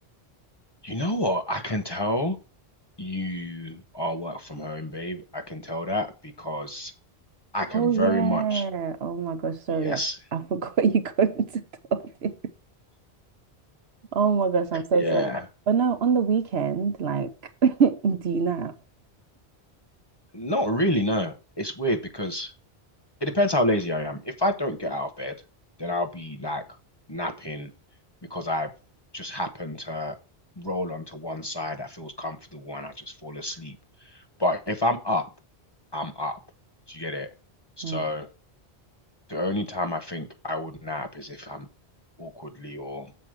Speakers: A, on the left (about 25°); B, on the right (about 75°).
A: You know what? I can tell you are work from home, babe. I can tell that because I can
B: Oh yeah.
A: very much,
B: Oh my gosh. Sorry,
A: yes.
B: I, I forgot <laughs> you go into the office. Oh my gosh, I'm so
A: Yeah,
B: sorry. But no, on the weekend, like, <laughs> do you nap?
A: Not really, no. It's weird because it depends how lazy I am. If I don't get out of bed, then I'll be like napping because I've just happened to roll onto one side that feels comfortable and I just fall asleep. But if I'm up, I'm up. Do you get it? So
B: Mm,
A: the only time I think I would nap is if I'm awkwardly or